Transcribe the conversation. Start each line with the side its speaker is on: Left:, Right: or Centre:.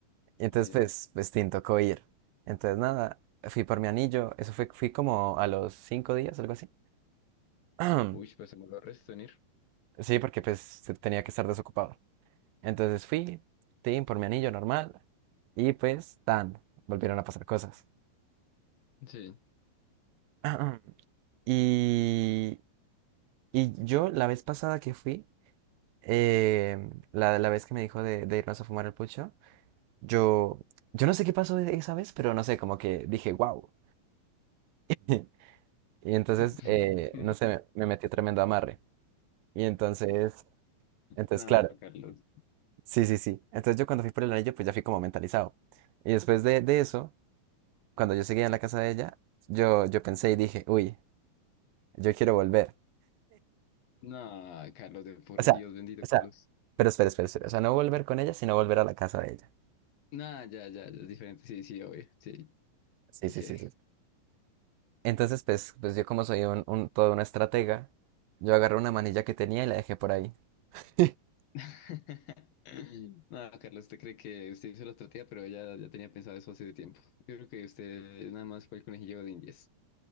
Right: Y entonces,
Left: Sí,
Right: pues, pues, tin, tocó ir. Entonces, nada, fui por mi anillo. Eso fue, fui como a los cinco días, algo así. <clears throat>
Left: uy, pues se me lo resto en ir.
Right: Sí, porque pues se- tenía que estar desocupado. Entonces fui, tin, por mi anillo normal. Y pues, tan, volvieron a pasar cosas.
Left: Sí.
Right: <clears throat> Y, y yo, la vez pasada que fui, eh, la, la vez que me dijo de, de irnos a fumar el pucho, yo, yo no sé qué pasó esa vez, pero no sé, como que dije, wow. <laughs> Y entonces,
Left: <laughs>
Right: eh, no sé, me metí tremendo amarre. Y entonces, entonces,
Left: No,
Right: claro,
Left: Carlos.
Right: sí, sí, sí. Entonces yo cuando fui por el anillo, pues ya fui como mentalizado. Y después de, de eso, cuando yo seguía en la casa de ella, yo, yo pensé y dije, uy, yo quiero volver.
Left: No, Carlos, de por
Right: O sea,
Left: Dios, bendito
Right: o sea,
Left: Carlos.
Right: pero espera, espera, espera. O sea, no volver con ella, sino volver a la casa de ella.
Left: No, ya, ya, ya, es diferente, sí, sí, obvio, sí.
Right: Sí,
Left: ¿Y
Right: sí,
Left: qué?
Right: sí, sí. Entonces, pues, pues yo como soy un, un, toda una estratega, yo agarré una manilla que tenía y la dejé por ahí. <laughs>
Left: <laughs> No, Carlos, usted cree que usted hizo la estrategia, pero ella ya tenía pensado eso hace tiempo. Yo creo que usted nada más fue el conejillo de Indias.